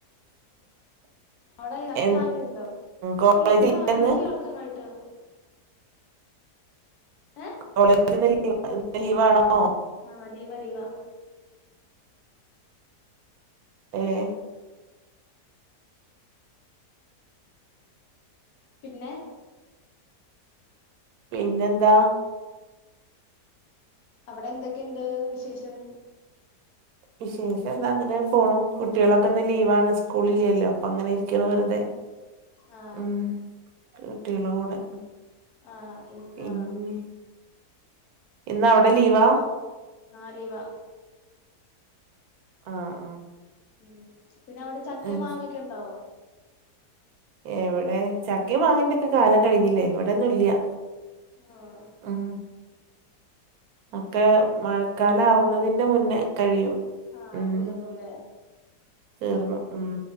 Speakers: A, on the right (about 70°); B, on the left (about 70°).
A: <inaudible>
B: അവിടെ <unintelligible>
A: എ
B: ണ്ടോ?,
A: കോളേജ്
B: ഇല്ലാ
A: ഇന്ന്
B: എനിക്ക് കേൾക്കാം കട്ട്. ഏഹ്?
A: കോളേജിന്ന് ലീ ഇന്ന് ലീവാണോ?
B: ആ ലീവാ ലീവാ.
A: ഏഹ്
B: പിന്നെ?
A: പിന്നെന്താ?
B: അവടെ എന്തൊക്കെണ്ട് വിശേഷം?
A: വിശേഷം എന്താ അങ്ങനെ പോണു. കുട്ടികളൊക്ക്‌ന്ന് ലീവാണ് സ്കൂള്ല്ലല്ലോ അപ്പൊങ്ങനെ രിക്കാണ്
B: ആ
A: വെറ്തെ.
B: ആ
A: ഉം, കുട്ടിയേളെ കൂടെ.
B: ആഹ് ഇന്നോ?
A: പിന്നെ ഇന്ന് അവ്ടെ ലീവാ?
B: ആ ലീവാ.
A: ആഹ് ആഹ്.
B: ഉം പിന്നെ അവിടെ ചക്കേം
A: അത്
B: മാങ്ങക്കെണ്ടോ?
A: ശരി എവിടെ ചക്കീം മാങ്ങേന്റൊക്കെ കാലം കഴിഞ്ഞില്ലേ ഇവിടന്നും ഇല്ല്യാ.
B: ആഹ്.
A: ഉം, ഒക്കെ മഴക്കാലാവുന്നതിന്റെ മുന്നേ കഴിയും.
B: ആഹ്
A: ഉം
B: തീർന്നൂലേ?
A: തീർന്നു ഉം.